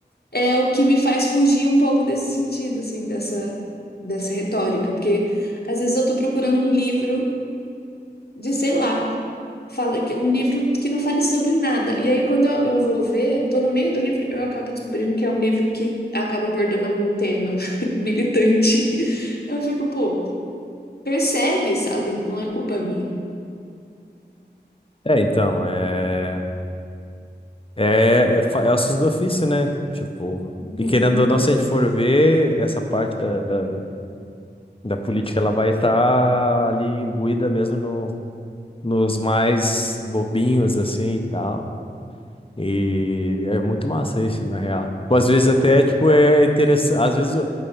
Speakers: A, on the left (about 60°); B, on the left (about 30°).
A: é o que me faz fugir um pouco desse sentido, assim, dessa, dessa retórica, porque às vezes eu tô procurando um livro de, sei lá, fala que um livro que não fale sobre nada. E aí quando eu, eu vou ver, tô no meio do livro, eu acabo descobrindo que é um livro que acaba abordando algum tema <laughs> militante. Eu fico, pô, persegue, sabe? Não é culpa minha.
B: É, então, é. É, é, fa- é ossos do ofício, né? Tipo, e
A: Uhum.
B: querendo ou não, se a gente for ver, essa parte da, da, da política, ela vai estar ali imbuída mesmo no, nos mais bobinhos, assim, e tal. E é muito massa isso, na real. Tipo, às vezes até, tipo, é interessante, às vezes o-